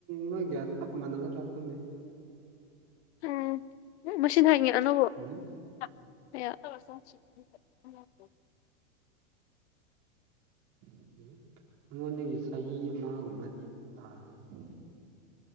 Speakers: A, on the right; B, on the left.
A: ꯅꯣꯏꯒ ꯆꯞ ꯃꯥꯟꯅꯒꯗ꯭ꯔꯥ ꯈꯪꯗꯦ
B: ꯎꯝ ꯎ ꯃꯁꯤ ꯉꯍꯥꯟꯒꯤ ꯑꯅꯧꯕ
A: ꯎꯝ
B: <unintelligible>
A: <inaudible> ꯅꯉꯣꯟꯗꯒꯤ ꯆꯍꯤ ꯑꯃꯒꯨꯝꯕꯗꯤ <unintelligible>